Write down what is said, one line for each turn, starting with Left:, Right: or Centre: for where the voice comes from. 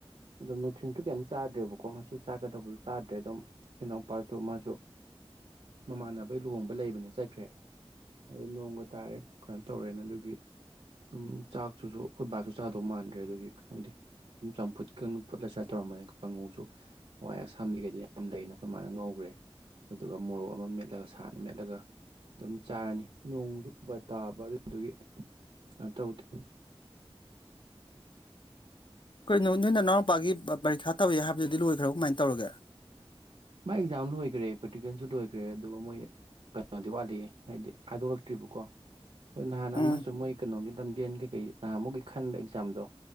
Right: ꯑꯗꯣ ꯅꯨꯡꯊꯤꯜꯁꯨ ꯀꯩꯝ ꯆꯥꯗ꯭ꯔꯦꯕꯀꯣ ꯉꯁꯤ ꯆꯥꯒꯗꯧꯕ ꯆꯥꯗ꯭ꯔꯦꯗꯣ ꯑꯗꯨꯝ ꯈꯣꯏ ꯏꯅꯥꯎꯄꯥꯁꯨ ꯃꯥꯁꯨ ꯃꯃꯥꯟꯅꯕꯩ ꯂꯨꯍꯣꯡꯕ ꯂꯩꯕꯅꯤ ꯆꯠꯈ꯭ꯔꯦ ꯑꯗꯩ ꯅꯣꯡꯒ ꯇꯥꯔꯦ ꯀꯩꯅꯣ ꯇꯧꯔꯦꯅ ꯑꯗꯨꯒꯤ ꯑꯗꯨꯝ ꯆꯥꯛꯇꯨꯁꯨ ꯑꯩꯈꯣꯏ ꯕꯥꯁꯨ ꯆꯥꯗꯧ ꯃꯥꯟꯗ꯭ꯔꯦ ꯑꯗꯨꯒꯤ ꯈꯪꯗꯦ ꯑꯗꯨꯝ ꯆꯝꯐꯨꯠꯀ ꯐꯨꯠꯂ ꯁꯤꯔ ꯇꯧꯔꯝꯕꯅꯦ ꯀꯥꯉꯧꯁꯨ ꯍꯋꯥꯏ ꯑꯁꯥꯡꯕꯤ ꯒꯗꯨ ꯌꯥꯝ ꯂꯩꯌꯦꯅ ꯑꯩꯈꯣꯏ ꯃꯥꯅ ꯉꯧꯈ꯭ꯔꯦ ꯑꯗꯨꯒ ꯃꯣꯔꯣꯛ ꯑꯃ ꯃꯦꯠꯂꯒ ꯁꯥꯅ ꯃꯦꯠꯂꯒ ꯑꯗꯨꯝ ꯆꯥꯔꯅꯤ ꯅꯣꯡ ꯁꯨ ꯄꯠ ꯄꯠ ꯇꯥꯕ ꯑꯗꯨꯏꯗꯨꯒꯤ ꯑꯥ ꯇꯧꯗꯦ
Left: ꯀꯩꯅꯣ ꯅꯣꯏ ꯅꯅꯥꯎ ꯄꯥꯒꯤ ꯄ ꯄꯔꯤꯈꯥ ꯇꯧꯏ ꯍꯥꯏꯕꯗꯨꯗꯤ ꯂꯣꯏꯈ꯭ꯔꯕꯣ ꯀꯃꯥꯏꯅ ꯇꯧꯔꯒꯦ
Right: ꯃꯥꯥꯏ ꯑꯦꯛꯖꯥꯝ ꯂꯣꯏꯈ꯭ꯔꯦ ꯄ꯭ꯔꯦꯛꯇꯤꯀꯦꯜꯁꯨ ꯂꯣꯏꯈ꯭ꯔꯦ ꯑꯗꯨꯒ ꯃꯣꯏ ꯀꯩꯅꯣꯗꯤ ꯋꯥꯠꯂꯤ ꯍꯥꯏꯗꯤ ꯍꯥꯏꯗꯣꯛꯂꯛꯇ꯭ꯔꯤꯕꯀꯣ ꯅꯍꯥꯟ ꯑꯃꯁꯨ
Left: ꯎꯝ
Right: ꯃꯣꯏ ꯀꯩꯅꯣꯒꯤ ꯂꯝꯖꯦꯟ ꯀꯩꯀꯩ ꯅꯍꯥꯟꯃꯨꯛꯒꯤ ꯈꯟꯕ ꯑꯦꯛꯖꯥꯝꯗꯣ